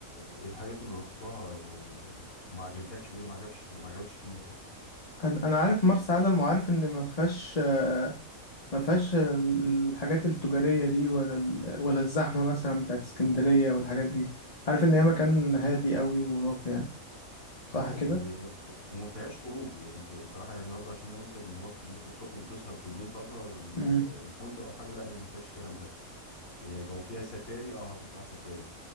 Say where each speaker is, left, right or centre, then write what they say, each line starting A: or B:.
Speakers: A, on the left; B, on the left.
A: ايه الحاجات اللي رحتها و- وما عجبتكش وايه اللي ما عجبش في... ما عجبكش فيها ايه
B: أنا أنا عارف مرسى علم وعارف إن ما فيهاش آه، ما فيهاش ال- الحاجات التجارية دي ولا ال... ولا الزحمة مثلا بتاعت اسكندرية والحاجات دي عارف إن هي مكان هادي قوي وراقي يعني صح
A: اه
B: كده؟
A: وما وما فيهاش خروج يعني بصراحه يعني برضو عشان لو انت من هواة الناس اللي بتخرج وتسهر بالليل بره ال-
B: مم.
A: الفندق او حاجه لا هي ما فيهاش الكلام ده إيه، لو فيها سفاري اه هتطلع سفاري